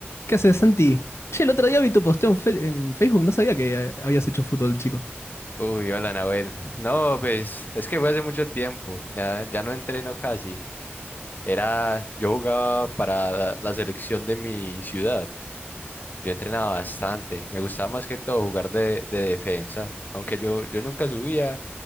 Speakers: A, on the left; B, on the left.
A: ¿Qué haces, Santi? Che, el otro día vi tu posteo en, Fe- en Facebook, no sabía que eh, habías hecho fútbol, chico.
B: Uy, hola, Nahuel. No, pues es que fue hace mucho tiempo. Ya, ya no entreno casi. Era, yo jugaba para la, la selección de mi ciudad. Yo entrenaba bastante. Me gustaba más que todo jugar de, de defensa. Aunque yo, yo nunca subía,